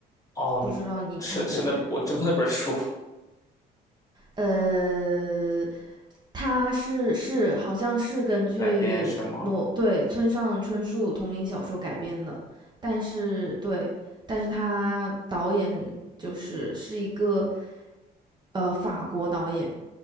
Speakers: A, on the left (about 20°); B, on the right (about 25°).
A: 哦，
B: 不知道你看过没？
A: 是是那我知道那本书
B: 呃，它是是好像是根据哦对村上春树同名小说改编的，
A: 改编是吗？
B: 但是对，但是他导演就是是一个呃法国导演，